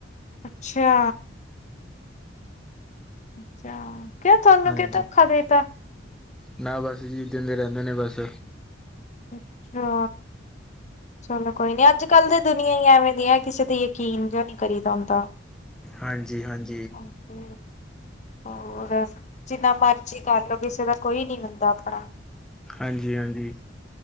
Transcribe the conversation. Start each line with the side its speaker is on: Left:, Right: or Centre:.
Left: ਅੱਛਾ ਅੱਛਾ, ਕਿਉ ਤੁਹਾਨੂੰ
Centre: ਹਾਂਜੀ
Left: ਕੀ ਧੋਖਾ ਦੇਤਾ?
Centre: ਨਾ ਬਸ ਜੀ <unintelligible> ਰਹਿੰਦੇ ਨੇ ਬਸ।
Left: ਅੱਛਾ, ਚਲੋ ਕੋਈ ਨੀ ਅੱਜ ਕੱਲ ਦੀ ਦੁਨੀਆਂ ਹੀ ਐਵੇਂ ਦੀ ਹੈ ਕਿਸੇ ਤੇ ਯਕੀਨ ਜਿਹਾ ਨੀ ਕਰੀਦਾ ਹੁੰਦਾ।
Centre: ਹਾਂਜੀ ਹਾਂਜ
Left: ਓਕੇ। ਹੋਰ ਜਿੰਨਾ ਮਰਜੀ ਕਰਲੋ ਕਿਸੇ ਦਾ ਕੋਈ ਨੀ ਹੁੰਦਾ ਆਪਣਾ।
Centre: ਹਾਂਜੀ-ਹਾਂਜੀ